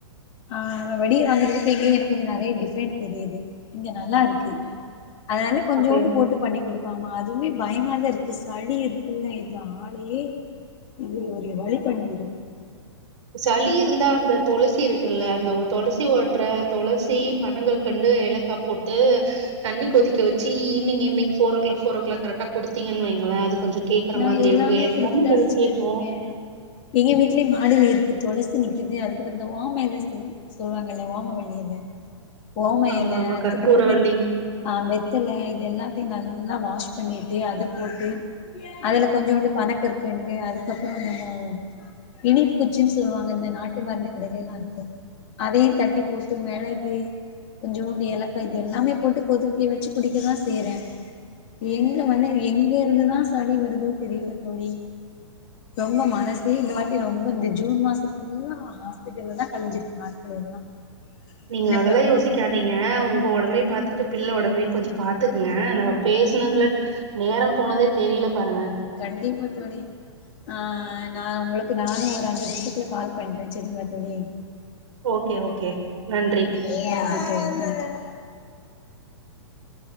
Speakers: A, on the left; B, on the right.
A: ஆ நம்ம வெளிய வாங்குறதுக்கு இங்கயும் எனக்கு கொஞ்சம் நெறைய டிஃப்ரெண்ட் தெரியுது இங்க நல்லா இருக்கு அத வந்து கொஞ்சோண்டு
B: அப்ப
A: போட்டு பண்ணி கொடுப்பாமா அதுமே பயமாதான் இருக்கு சளி இருக்குல்ல இது ஆளையே இது ஒரு வழி பண்ணிரும்
B: சளி இருந்தா அந்த துளசி இருக்குல்லா அந்த துளசி ஓட்டுற துளசி பணங்கல்கண்டு ஏலக்கா போட்டு தண்ணி கொதிக்க வச்சி evening evening four four o'clock கரெக்டா குடுத்தீங்கன்னு வைங்களன் அது கொஞ்சம் கேக்குற
A: நா
B: மாதிரி
A: எல்லாமே
B: இருக்கும் என்
A: குடுத்துட்டா
B: பொண்ணுக்குது
A: சிஸ்டர்
B: கேக்கும்
A: இருக்கே எங்க வீட்லயே மாடிலா இருக்கு துளசி நிக்கிது அதுக்கப்புறம் இந்தான ஓம எல சொல்லு சொல்வாங்கல்ல ஓமவள்ளி எல ஓம
B: ஆமா,
A: எல
B: ஆமா.
A: அதுக்கப்பறோ
B: கற்பூரவள்ளி
A: வெத் அ வெத்தல இது எல்லாத்தயு நல்லா வாஷ் பண்ணீட்டு அத போட்டு அதுல கொஞ்சோண்டு பனகற்கண்டு அதுக்கப்பறோ என்னமோ இனிப் குச்சின் சொல்வாங்க இந்த நாட்டு மருந்து கடைலில்லா இருக்கு அதையு தட்டி போட்டு மெளகு கொஞ்சோண்டு ஏலக்கா இது எல்லாமே போட்டு கொதிக்க வச்சு குடிக்கதா செய்யறே எங்க வந்து இது எங்க இருந்துதா சளி வருதோ தெரியில தோழி ரொம்ப மனசே இந்த வாட்டி ரொம் ப இந்த ஜூன் மாசோ ஃபுல்லா ஹாஸ்பிட்டல்ல தா கழிஞ்சிருக்கு நாட்கள் எல்லா
B: நீங்க
A: என்ன
B: அதெல்லா
A: பண்றது
B: யோசிக்காதீங்க உங்க ஒடம்பயு பாத்துட்டு பிள்ள ஒடம்பயு கொஞ்சோ பாத்துக்ங்க நாம பேஸ் னதுலா நேரம் போனதே தெரீல பாருங்க
A: கண்டிப்பா தோழி ஆ நா உங்களுக்கு நானே ஒரு அஞ்சு நிம்ஷத்துல கால் பண்றே செரிங்ளா தோழி
B: ஓகே ஓகே நன்றி
A: <inaudible> நன்றி தோழி அ